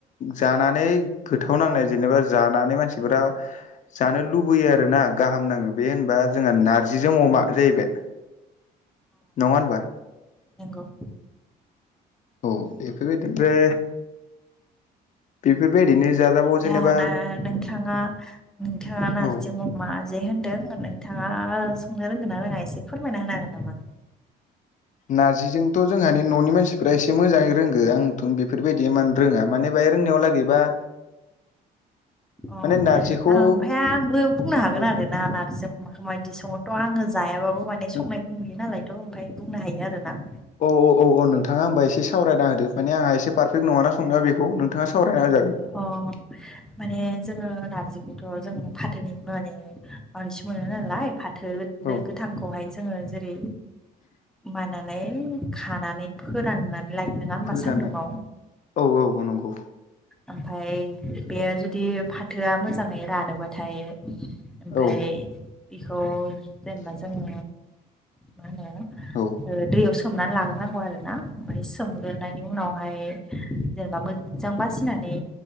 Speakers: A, on the left (about 45°); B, in the centre.
A: जानानै गोथाव नांनाय जेनेबा जानानै मानसिफोरा जानो लुबैयो आरो ना गाहाम नाङो बे होनबा जोंहा नारजिजों अमा जाहैबाय। नङा होनबा?
B: नोंगौ।
A: औ बिफोरबायदि बे् बेफोरबायदिनो जाजाबावो।
B: दाना
A: जेनेबा
B: नोंथाङा नोंथाङा नारजिजों
A: औ
B: अ माजे होनदों नोंथाङा संनो रोंगोन ना रोङा एसे फोरमायना होनो हागोन नामा?
A: नारजिजोंथ' जोंहानि न'नि मानसिफ्रा एसे मोजाङै रोंगो आंथ' बेफोरबायदि एमान रोङा माने बाहाय रोंनायाव लागैबा
B: अ
A: माने नारजिखौ
B: ओमफ्राय आंबो बुंनो हागोन
A: औ
B: आरोना नार्जिजों अमाखौ मायदि सङो थ' आङो जायाबाबो आव माने संनायखौ
A: औ
B: नुयो नालायथ' ओमफ्राय बुंनो हायो आरो ना।
A: औ औ औ अ नोंथाङा होमबा एसे सावरायना होदो माने आंहा एसे पारफेक्ट नङा ना संनायाव बेखौ नोंथाङा सावरायना होजागोन।
B: अ माने जोङो नार्जिखौथ' जों फाथोनि माने बांसिन मोनो नालाय फाथो <unintelligible>
A: औ
B: गोथांखौहाय जोङो जेरै मानानै खानानै फोराननानै लायो। नङा होमबा
A: फोरानो
B: सान्दुङाव
A: औ औ औ नंगौ।
B: ओमफाय बे जुदि फाथोआ मोजाङै रानोबाथाय ओमफाय
A: औ
B: इखौ जेनेबा जोङो मा होनो
A: औ
B: ओ दैयाव सोम सोमनानै लाग्रोनांगौ आरोना ओमफ्राय सोमग्रोनायनि उनावहाय जेनेबा मोजां बासि ग्रोनानै